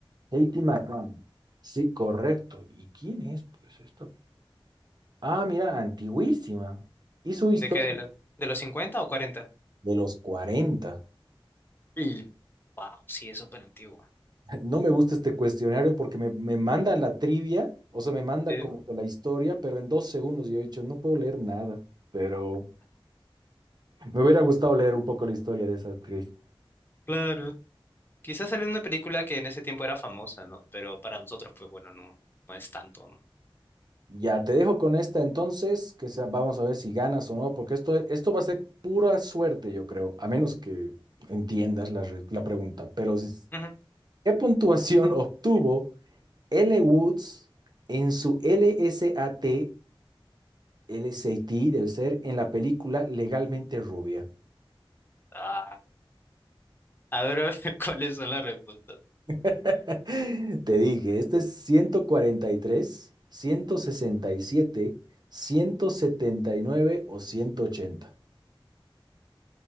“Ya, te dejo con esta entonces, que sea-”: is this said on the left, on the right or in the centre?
Right